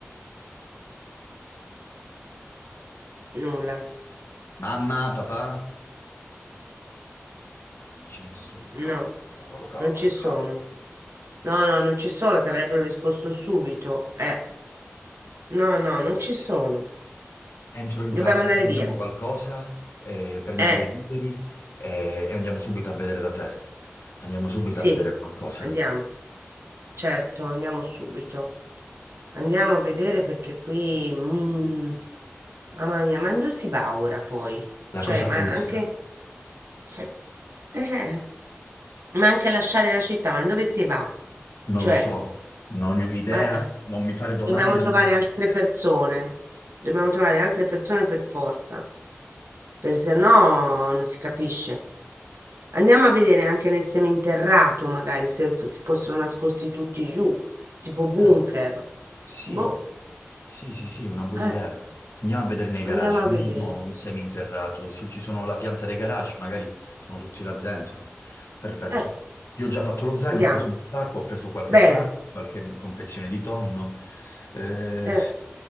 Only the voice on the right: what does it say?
nulla,
no,
non ci sono.
No, no, non ci sono, ti avrebbero risposto subito. Eh, no, no, non ci sono.
Dobbiamo
andare
via.
Eh.
Sì,
andiamo. Certo, andiamo subito. Andiamo a vedere perché qui, mm, mamma mia, ma non si va ora poi?
Cioè,
ma
anche... Eh. eh, ma anche lasciare la città, ma dove si va?
Cioè,
eh,
dobbiamo trovare
altre
persone,
dobbiamo trovare altre persone per forza, per se no non si capisce. Andiamo a vedere anche nel seminterrato, magari se f- si fossero nascosti tutti giù, tipo bunker.
Boh,
eh,
andiamo a
vedere.
Eh,
andiamo.
Bene.
Eh,